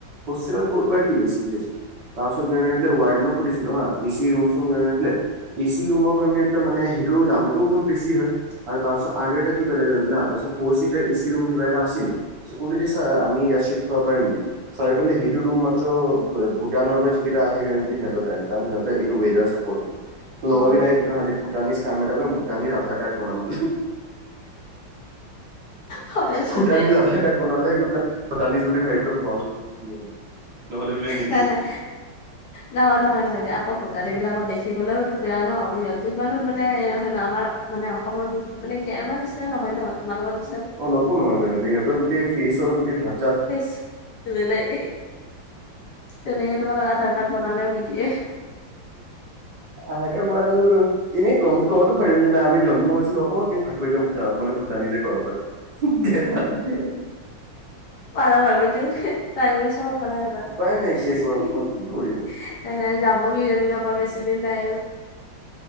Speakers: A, on the right; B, on the left.
A: হোষ্টেলত ক'ৰ পৰা কি এছি চেছি তাৰপছত গৈ গৈ পেলে ৱাৰ্ডনক সুধিছিলো হা এচি ৰুম চুম গৈ মেলি পেলে। এচি ৰুমৰ গৈ মেলি পেলে মানে সেইটো দামটোও বহুত বেছি হয়। আৰু তাৰপিছত আৰু এটা কি ক'লে জানা? তাৰপিছত ফ'ৰ চিটাৰ এচি ৰুম কিবা এটা আছিল। ক'লো কি ছাৰ আমি কি ইয়াত চিফ্ট হ'ব পাৰিম নি? ছাৰে ক'লে সেইটো ৰুম মাত্ৰ ভূটানৰ পৰা যি কেইটা আহে সিহঁতৰ কাৰণ। কাৰণ সিহঁতে এইটো ৱেডাৰ চাৰ্পত নহয়। লগৰ
B: অ
A: কেইটাই কি ভুটাৰনিছ কাম এটা ভুটাৰনিছ আধাৰ কাৰ্ড বনাম বোলে।
B: <inaudible> হয়টোন
A: ভূটানিজ
B: দে।
A: আধাৰ কাৰ্ড বনালেহে গৈ পেলাই ভূটানিজ বুলি ভাবি <inaudible> বোলে নিদিয়ে
B: নাই নাই।
A: <inaudible>
B: নহয় নহয় নহয় আকৌ ভোটাত এইবিলাকো দেখিবলৈওতো বেয়া ন সিহঁতো ইমানো মানে হেৰি নহয় ন। আমাৰ মানে অসমৰ মানে আমাৰ নিচিনা নহয় ন তোমালোকৰ নিচ
A: অলপো নহয় বে সিহঁতৰ গোটেই ফেচৰ গোটেই ঢাক
B: ফেচ বেলেগ তেনেকে তোমালোক আধাৰ কাৰ্ড বনালেও নিদিয়ে।
A: আহাকে বৰালো কৰিম এনেই গম কবতো পাৰিম যেন আমি জন্ম হৈছিলো অসমত কিন্তু থাক- কো এতিয়া ভূটানত মানে ভূটানি যে কব পাৰিম গে টানকে
B: পাৰা বাৰু এইটো হে ট্ৰাই কৰি চাব পাৰা এবাৰ
A: উপায় নাইকিয়া
B: হি
A: গৰমখনত
B: হি হি
A: কি কৰিবা
B: নাই নাই যাব কিজানী ৰ'বা বেছি দিন নাই আৰু।